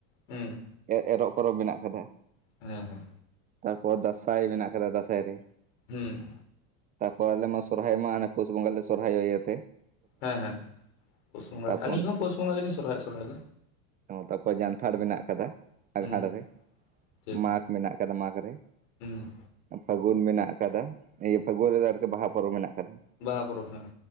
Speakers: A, on the left (about 60°); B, on the right (about 20°).
A: ᱦᱮᱸ᱾
B: ᱮ ᱮᱨᱚᱜ ᱯᱚᱨᱚᱵᱽ ᱢᱮᱱᱟᱜ ᱟᱠᱟᱫᱟ᱾
A: ᱦᱮᱸ ᱦᱮᱸ
B: ᱛᱟᱨᱯᱚᱨ ᱫᱟᱸᱥᱟᱭ ᱢᱮᱱᱟᱜ ᱟᱠᱟᱫᱟ ᱫᱟᱸᱥᱟᱭ ᱨᱮ᱾
A: ᱦᱮᱸ
B: ᱛᱟᱯᱚᱨ ᱟᱞᱮ ᱢᱟ ᱥᱚᱨᱦᱟᱭ ᱢᱟ ᱦᱟᱱᱮ ᱯᱩᱥ ᱵᱚᱸᱜᱟ ᱞᱮ ᱥᱚᱨᱦᱟᱭᱚᱜ ᱤᱭᱟᱹ ᱤᱭᱟᱛᱮ᱾
A: ᱦᱮᱸ ᱦᱮᱸ ᱯᱩᱥ ᱵᱚᱸᱜᱟ
B: ᱛᱟᱨᱯᱚᱨ
A: ᱜᱮ, ᱟᱹᱞᱤᱧ ᱦᱚᱸ ᱯᱩᱥ ᱵᱚᱸᱜᱟ ᱜᱮᱞᱤᱧ ᱥᱚᱨᱦᱟᱭᱚᱜ ᱥᱚᱨᱦᱟᱭ ᱫᱚ᱾
B: ᱛᱟᱯᱚᱨ ᱡᱟᱱᱛᱷᱟᱲ ᱢᱮᱱᱟᱜ ᱠᱟᱫᱟ᱾ ᱟᱸᱜᱷᱟᱲ
A: ᱦᱩᱸ
B: ᱨᱮ
A: ᱴᱷᱤᱠ
B: ᱢᱟᱜᱽ ᱢᱮᱱᱟᱜ ᱠᱟᱫᱟ, ᱢᱟᱜᱽ ᱨᱮ᱾
A: ᱦᱩᱸ
B: ᱯᱷᱟᱹᱜᱩᱱ ᱢᱮᱱᱟᱜ ᱟᱠᱟᱫᱟ ᱤᱭᱟᱹ ᱯᱷᱟᱹᱜᱩᱱ ᱨᱮᱫᱚ ᱟᱨᱠᱤ ᱵᱟᱦᱟ ᱯᱚᱨᱚᱵᱽ ᱢᱮᱱᱟᱜ ᱠᱟᱫᱟ᱾
A: ᱵᱟᱦᱟ ᱯᱚᱨᱚᱵᱽ ᱦᱮᱸ᱾